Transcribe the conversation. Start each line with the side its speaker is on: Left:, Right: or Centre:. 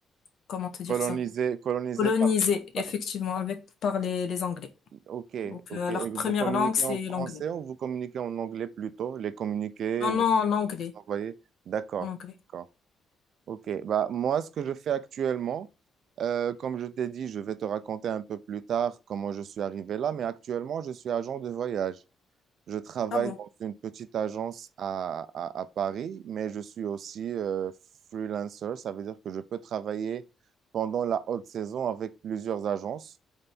Left: comment te dire
Right: Colonisé,
Left: ça?
Right: colonisé
Left: Colonisés,
Right: par,
Left: effectivement,
Right: par-
Left: avec par les, les Anglais.
Right: Ok,
Left: Donc,
Right: ok.
Left: euh,
Right: Et
Left: leur
Right: vous
Left: première
Right: communiquez
Left: langue, c'est
Right: en français
Left: l'anglais.
Right: ou vous communiquez en anglais plutôt? Les communiqués,
Left: Non,
Right: les
Left: non, en anglais,
Right: envoyés. D'accord,
Left: en anglais.
Right: d'accord. Ok, bah, moi, ce que je fais actuellement, euh, comme je t'ai dit, je vais te raconter un peu plus tard comment je suis arrivé là, mais actuellement, je suis agent de voyage. Je travaille
Left: Ah bon,
Right: dans une petite agence à, à- à Paris, mais je suis aussi euh, freelancer. Ça veut dire que je peux travailler pendant la haute saison avec plusieurs agences,